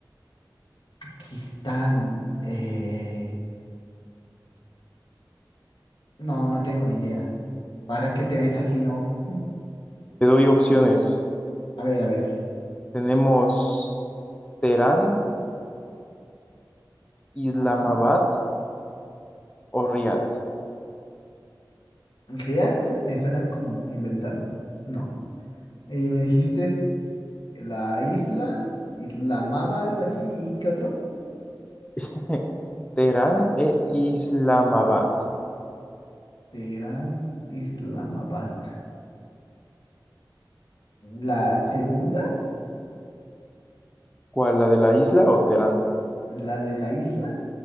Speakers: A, on the left; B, on the left.
A: Kistán, eh... No, no tengo ni idea. ¿Para qué te ves así, no?
B: Te doy opciones.
A: A ver, a ver.
B: Tenemos Teherán, Islamabad
A: Ajá.
B: o Riad.
A: Riad me suena como inventado. No. Y me dijiste es la isla, Islamaba, algo así. ¿Y qué otro?
B: <laughs> Teherán e Islamabad.
A: Teherán, Islamabad. La segunda,
B: ¿Cuál, la de la isla o Teherán?
A: la de la isla.